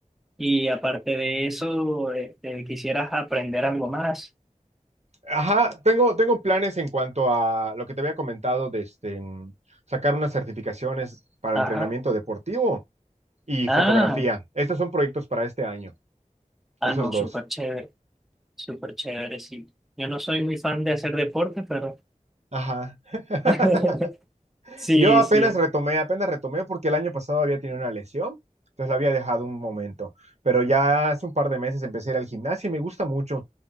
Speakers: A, in the centre; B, on the right (about 55°).
A: Y aparte de eso, este, quisieras aprender algo más.
B: Ajá, tengo, tengo planes en cuanto a lo que te había comentado de este, mm, sacar unas certificaciones para
A: Ajá.
B: entrenamiento deportivo y
A: Ah,
B: fotografía. Estos son proyectos para este año,
A: ah,
B: esos
A: no, súper
B: dos.
A: chévere, súper chévere, sí. Yo no soy muy fan de hacer deporte, pero...
B: Ajá. <laughs>
A: <laughs> Sí,
B: Yo apenas
A: sí.
B: retomé, apenas retomé porque el año pasado había tenido una lesión, entonces la había dejado un momento, pero ya hace un par de meses empecé a ir al gimnasio y me gusta mucho,